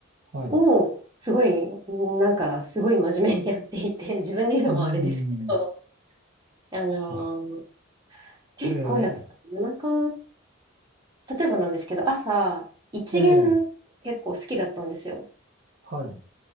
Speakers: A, on the right (about 50°); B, on the right (about 20°).
A: はい、
B: をすごい、なんかすごい真面目にやっていて、自分で言うのもあれですけど、
A: うん、<laughs>
B: あの
A: は
B: 結構やってた、
A: ええ、
B: 夜中、例えばなんですけど、朝、一限結構好きだったんですよ。
A: ええ、はい、